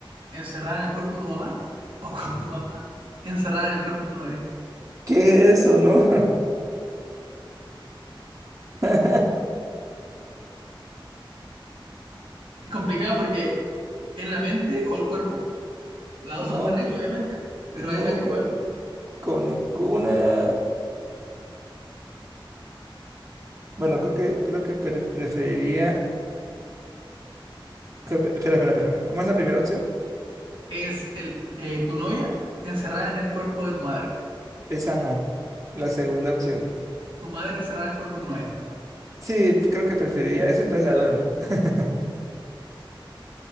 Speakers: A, on the right; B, on the right.
A: encerrada en el cuerpo de tu mamá o con tu mamá encerrada en el cuerpo de tu novia?
B: ¿qué es eso, no? <laughs>
A: Es complicada porque es la mente o el cuerpo. Las
B: No,
A: dos son terribles, obviamente, pero
B: no
A: hay una que es
B: con,
A: peor.
B: con ninguna, bueno, creo que, creo que pre- preferiría, que- espera, espera, espera, ¿cómo es la primera opción?
A: Es el, eh, tu novia encerrada en el cuerpo de tu madre.
B: Esa no, la segunda opción,
A: Tu madre encerrada en el cuerpo de tu novia.
B: sí, creo que preferiría eso, entonces la duermo, <laughs>